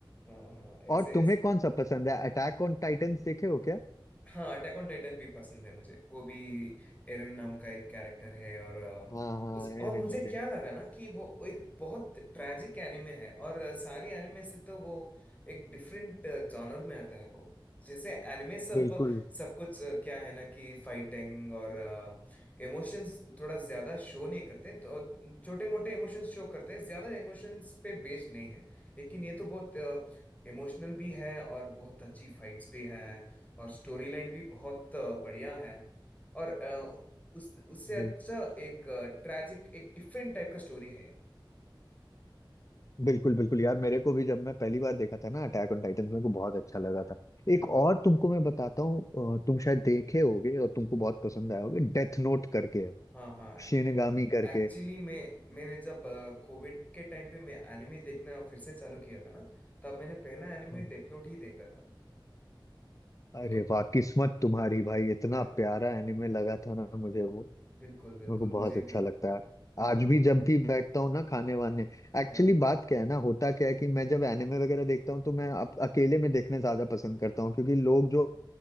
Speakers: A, on the left; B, on the left.
A: हाँ हाँ हाँ, ऐसे
B: और तुम्हें
A: ऐसे
B: कौन सा पसंद है अटैक ऑन टाइटंस देखे हो क्या
A: हाँ अटैक ऑन टाइटन भी पसंद है मुझे वो भी एरन नाम का एक कैरेक्टर है और अ,
B: हाँ हाँ
A: उस और
B: एरन
A: मुझे
B: एरन
A: क्या लगा ना कि वो वो एक बहुत ट्रैजिक एनिमे है और अ, सारी एनिमे से तो वो एक डिफरेंट जॉनर में आता है वो जैसे एनिमे सब
B: बिल्कुल
A: सब कुछ अ, क्या है ना कि फाइटिंग और इमोशंस थोड़ा ज्यादा शो नहीं करते तो छोटे मोटे इमोशंस शो करते हैं ज्यादा इमोशंस पे बेस्ड नहीं है लेकिन ये तो बहुत इमोशनल भी है और बहुत अच्छी फाइट्स भी है और स्टोरी लाइन भी बहुत अ, बढ़िया है और अ, उस उससे अच्छा
B: बिल,
A: एक ट्रैजिक एक डिफरेंट टाइप का स्टोरी है ये
B: बिल्कुल बिल्कुल यार मेरे को भी जब मैं पहली बार देखा था ना अटैक ऑन टाइटन मेरे को बहुत अच्छा लगा था
A: हम्म
B: एक
A: हम्म।
B: और तुमको मैं बताता हूँ अ, तुम शायद देखे होगे और तुमको बहुत पसंद आया होगा डेथ नोट करके है,
A: हाँ हाँ
B: शिनगामी करके
A: एक्चुअली मैं मैंने जब कोविड के टाइम पे मैं एनिमे देखना फिर से चालू किया था ना तब मैंने पहला एनिमे
B: हाँ।
A: डेथ नोट ही देखा था वो
B: अरे
A: तो
B: वाह किस्मत तुम्हारी भाई इतना
A: हाँ हाँ
B: प्यारा एनिमे लगा था ना मुझे वो
A: बिल्कुल बिल्कुल
B: मेरे को बहुत
A: मुझे
B: अच्छा
A: भी
B: लगता है
A: हाँ
B: आज भी
A: हाँ
B: जब भी बैठता हूँ ना खाने वाने एक्चुअली
A: हाँ
B: बात क्या है ना होता क्या है कि मैं जब एनिमे वगैरह देखता हूँ तो मैं अप- अकेले में देखने ज्यादा पसंद करता हूँ क्योंकि लोग जो